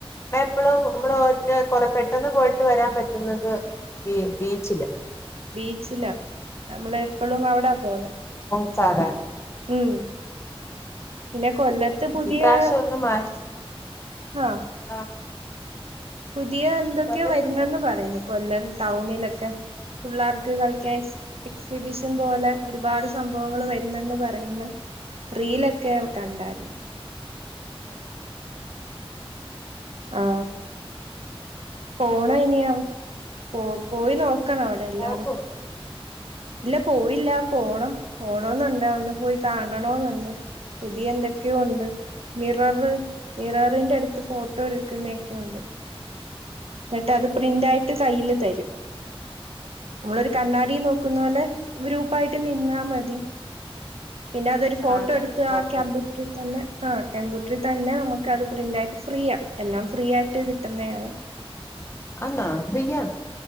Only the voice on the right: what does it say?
ച്ചിലാ നമ്മള് എപ്പളും അവിടാ പോന്നെ
ഉം പിന്നെ കൊല്ലത്ത് പുതിയെ
ആ
പുതിയ എന്തൊക്കെയെ
വരുന്നെന്ന് പറയുന്നു കൊല്ലം ടൗണിലെക് <unintelligible> ഫുള്ളാർക്ക.... ക്ക്കളിക്കാൻ സ്ക്ക് ക്സ് റിബിശം പോലെ ഒരുപാട് സംഭവങ്ങൾ വരുന്നെന്ന് പറയുന്ന് റീലൊക്കെ ഒ കണ്ടാരുന്നു
ആ പോണോ ഇനി ആവോ ഓ പോയി നോക്കണം അവിടെ എല്ലാടോം
ഇല്ല പോയില്ല പോണം പോണോന്നുണ്ട് ഒന്ന് പോയി കാണണോന്നുണ്ട്.... ഇ എന്തൊക്കെയോ ഉണ്ട് മിററ് മിററിന്റെ.... ടുത്ത് ഫോട്ടോ എടുക്കുന്ന ഒക്കെ ഉണ്ട് എന്നിട്ട് അത് പ്രിന്റായിട്ട് കയ്യിൽ തരും നമ്മളൊരു കണ്ണാടി നോക്കി നോക്കുന്ന പോലെ ഗ്രൂപ്പ് പ്പായിട്ട് നിന്നാ മതി പിന്നെ അതൊരു ഫോട്ടോ
എടുത്ത്
ആ കമ്പ്യൂട്ടറിൽ
തന്നെ ആഹ് കമ്പ്യൂട്ടറിൽ തന്നെ നമുക്ക് അത് പ്രിന്റ് ആയിട്ട് ഫ്രീ ആ എല്ലാം ഫ്രീ ആയിട്ട് കിട്ടുന്നതാണ്